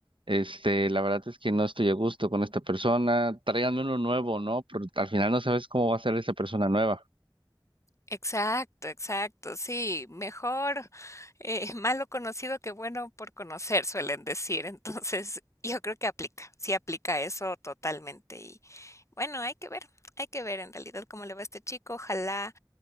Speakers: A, on the right; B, on the left.
A: este, la verdad es que no estoy a gusto con esta persona, tráiganme uno nuevo, ¿no? Pero al final no sabes cómo va a ser esa persona nueva.
B: Exacto, exacto. Sí, mejor eh, <laughs> malo conocido que bueno por conocer, suelen decir. Entonces, yo creo que aplica, sí aplica eso totalmente. Y bueno, hay que ver, hay que ver en realidad cómo le va a este chico. Ojalá